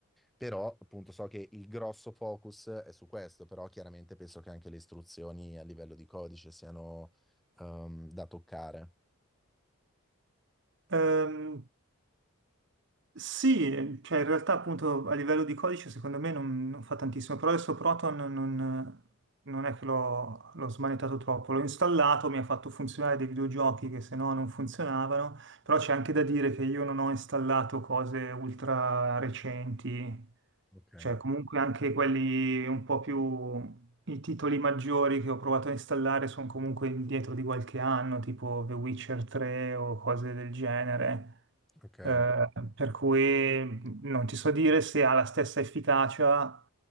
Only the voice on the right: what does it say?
Ehm, sì, cioè in realtà appunto a livello di codice secondo me non, non fa tantissimo, però adesso Proton non, non è che l'ho l'ho smanettato troppo, l'ho installato, mi ha fatto funzionare dei videogiochi che se no non funzionavano Però c'è anche da dire che io non ho installato cose ultra recenti,
cioè comunque anche quelli un po' più, i titoli maggiori che ho provato a installare sono comunque indietro di qualche anno, tipo The Witcher 3 o cose del genere.
Eh, per cui non ti so dire se ha la stessa efficacia